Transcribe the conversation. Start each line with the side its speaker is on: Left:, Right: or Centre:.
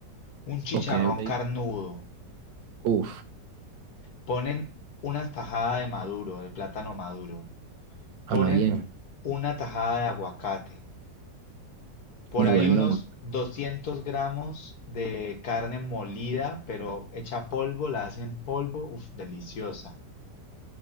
Left: un chicharrón
Right: ok, ok.
Left: carnudo
Right: Uf,
Left: Ponen una tajada de maduro, de plátano maduro.
Right: habla
Left: Ponen
Right: bien.
Left: una tajada de aguacate. Por
Right: Muy
Left: ahí
Right: bueno,
Left: unos
Right: mu-
Left: 200 gramos de carne molida, pero hecha polvo, la hacen polvo, uf, deliciosa.